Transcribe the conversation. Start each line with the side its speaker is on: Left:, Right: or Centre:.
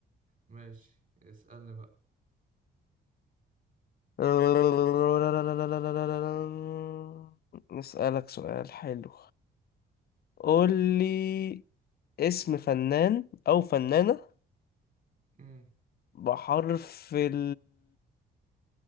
Right: ماشي اسألني بقى
Left: <laughs> نسألك سؤال حلو قول لي اسم فنان أو فنانة
Right: مم.
Left: بحرف ال